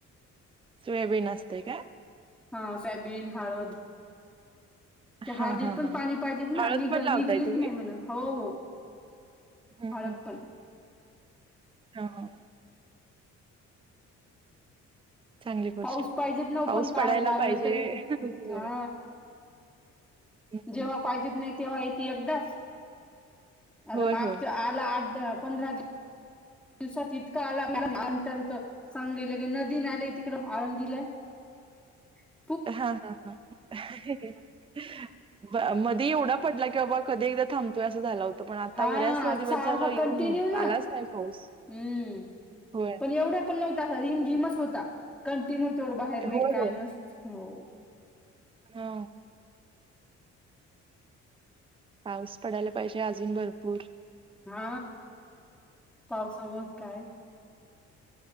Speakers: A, on the right; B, in the centre.
A: सोयाबीन असते का
B: हा सोयाबीन हळद त्या
A: हा
B: हळदी
A: हा
B: पण
A: हा.
B: पाणी पाहिजेत ना
A: हळद
B: निघ
A: पण
B: निघलीच
A: लावताय तुम्ही
B: नाही म्हण हो हो
A: हा
B: हळद पण
A: हा चांगली गोष्ट
B: पाऊस पाहिजेत न
A: पाऊस
B: पण
A: पडायला
B: काय लावलं
A: पाहिजे.
B: तरी
A: होय.
B: हा
A: हं
B: जेव्हा
A: हं.
B: पाहिजेत नाही तेव्हा एकदाच. आता आला
A: होय
B: मागच्या
A: होय
B: आठ पंधरा दिव दिवसात इतकां आलांतर चांगलेलं की नदीन आले तिकडे आळंदीलंय ह
A: हा हा हा मध्ये एवढा पडला की बाबा कधी एकदा थांबतोय असं झाला होत पण आता
B: हा
A: बऱ्याच दिवस
B: सारखा
A: झाल येऊन
B: कंटिन्यू ना
A: आलाच नाही पाऊस
B: हम्म
A: होय
B: पण एवढा पण नव्हता रिम झिमच होता कंटिन्यू तेवढं बाहेर नाही
A: होय
B: काय
A: होय
B: नस हो
A: हा पाऊस पडायला पाहिजे अजून भरपूर
B: हा पावसामुळेच काय